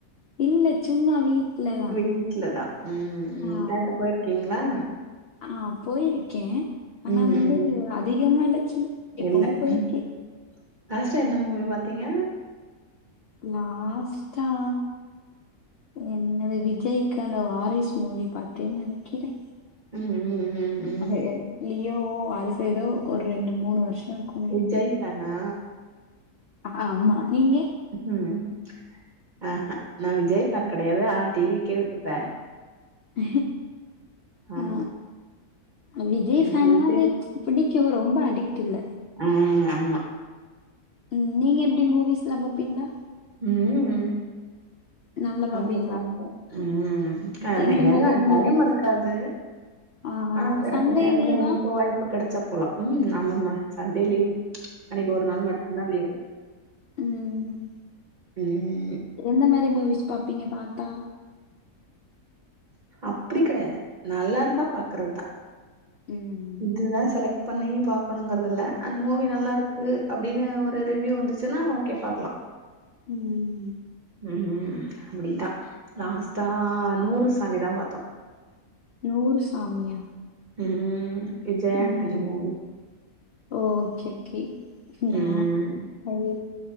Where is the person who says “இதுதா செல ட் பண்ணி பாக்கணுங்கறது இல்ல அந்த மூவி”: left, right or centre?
Right